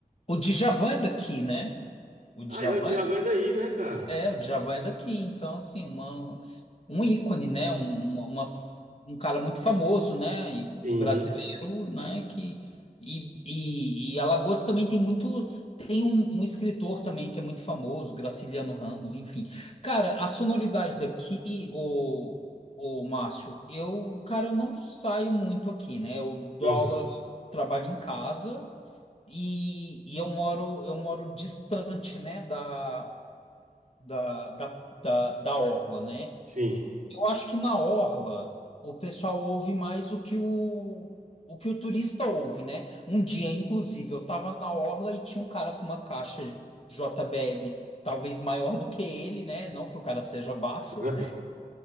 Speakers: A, on the left (about 45°); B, on the right (about 65°).
A: o Djavan é daqui, né? O Djavan
B: Ah, é o Djavan é daí, né, cara?
A: É, o Djavan é daqui, então assim, uma, um ícone, né? Um, uma, uma- um cara muito famoso, né? E,
B: Sim.
A: e brasileiro, né? Que, e, e, e Alagoas também tem muito, tem um, um escritor também que é muito famoso, Graciliano Ramos, enfim. Cara, a sonoridade daqui, o, o Márcio, eu, cara, eu não saio muito aqui, né? Eu dou
B: aham,
A: aula, eu trabalho em casa e, e eu moro, eu moro distante, né? Da da, da, da, da orla, né?
B: Sim.
A: Eu acho que na orla o pessoal ouve mais o que o, o que o turista ouve, né? Um dia, inclusive, eu estava na orla e tinha um cara com uma caixa JBL, talvez maior do que ele, né? Não que o cara seja baixo,
B: <laughs>